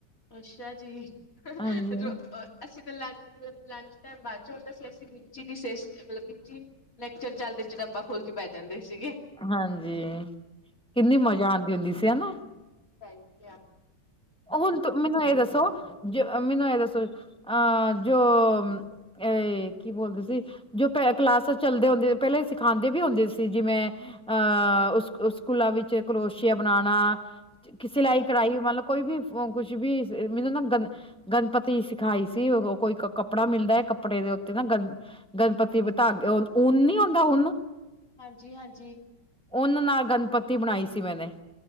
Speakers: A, on the left (about 50°); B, in the centre.
A: ਅੱਛਾ ਜੀ,
B: ਹਾਂਜੀ
A: ਜੋ ਅ ਅਸੀਂ ਤੇ ਲੰਚ ਮਤਲਬ ਲੰਚ ਟਾਈਮ ਬਾਅਦ 'ਚ ਹੁੰਦਾ ਸੀ, ਅਸੀਂ ਮਿੱਜੀ ਦੀ ਸੇਜ ਮਤਲਬ ਮਿਚੀ ਲੈਕਚਰ ਚੱਲਦੇ ਚ ਡੱਬਾ ਖੋਲ ਕੇ ਬਹਿ ਜਾਂਦੇ ਸੀਗੇ
B: ਹਾਂਜੀ, ਕਿੰਨੀ ਮਜ਼ਾ ਆਂਦੀ ਹੁੰਦੀ ਸੀ ਹਨਾ।
A: ਸਈ ਕਿਆ
B: ਹੁਣ ਤੁ ਮੈਨੂੰ ਇਹ ਦੱਸੋ, ਜ ਮੈਨੂੰ ਇਹ ਦੱਸੋ? ਅਹ ਜੋ ਐਹ, ਕੀ ਬੋਲਦੇ ਸੀ ਜੋ ਪੈ ਕਲਾਸ 'ਚ ਚੱਲਦੇ ਹੁੰਦੇ, ਪਹਿਲੇ ਸਿਖਾਂਦੇ ਵੀ ਹੁੰਦੇ ਸੀ ਜਿਵੇਂ ਅਹ ਉਸ-ਉਸ ਸਕੂਲਾਂ ਵਿੱਚ ਕਰੋਸ਼ੀਆ ਬਣਾਣਾ, ਸਿਲਾਈ,
A: ਹਾਂਜੀ
B: ਕਢਾਈ ਮਲਬ ਕੋਈ ਵੀ ਕੁਛ ਵੀ, ਮੈਨੂੰ ਨਾ ਗ ਗਣਪਤੀ ਸਿਖਾਈ ਸੀ ਉਦੋਂ, ਕੋਈ ਕੱਪੜਾ ਮਿਲਦਾ ਐ, ਕੱਪੜੇ ਦੇ ਉੱਤੇ ਨਾ ਗਣ ਗਣਪਤੀ ਬੀ ਤਾਂਗ ਓ, ਓਨ ਨੀ ਆਉਂਦਾ ਉਨ
A: ਹਾਂਜੀ-ਹਾਂਜੀ।
B: ਉਨ ਨਾਲ ਗਣਪਤੀ ਬਣਾਈ ਸੀ ਮੈਨੇ